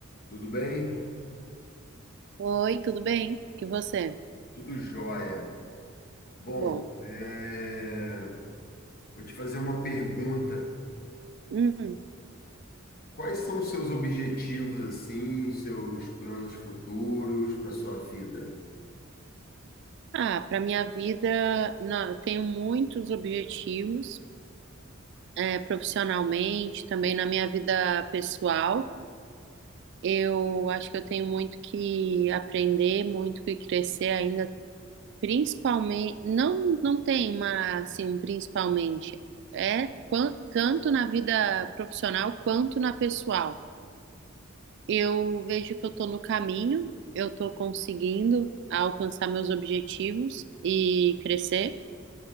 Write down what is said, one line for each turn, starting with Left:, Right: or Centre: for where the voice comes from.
Left: Tudo bem?
Right: Oi, tudo bem? E você?
Left: Tudo jóia. Bom,
Right: Que bom.
Left: é, vou te fazer uma pergunta.
Right: Hum.
Left: Quais são os seus objetivos, assim, os seus planos futuros para a sua vida?
Right: Ah, para minha vida, não, eu tenho muitos objetivos, é, profissionalmente, também na minha vida pessoal. Eu acho que eu tenho muito que aprender, muito que crescer ainda, principalmente, não, não tem uma, assim, um principalmente, é quan- tanto na vida profissional quanto na pessoal. Eu vejo que eu estou no caminho, eu estou conseguindo alcançar meus objetivos e crescer,